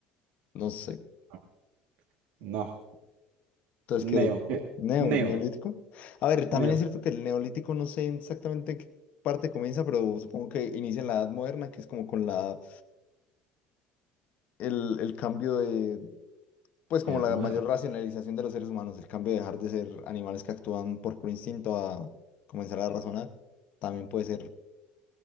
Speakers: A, on the left (about 45°); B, on the right (about 80°).
A: no sé.
B: No. No.
A: Entonces,
B: Neo,
A: ¿qué?
B: ¿qué?
A: Neo,
B: Neo.
A: neolítico. A ver, también
B: Neo.
A: es cierto que el neolítico no sé exactamente en qué parte comienza, pero supongo que inicia en la Edad Moderna, que es como con la, el, el cambio de, pues como
B: Edad
A: la
B: moderna.
A: mayor racionalización de los seres humanos, el cambio de dejar de ser animales que actúan por puro instinto a comenzar a razonar. También puede ser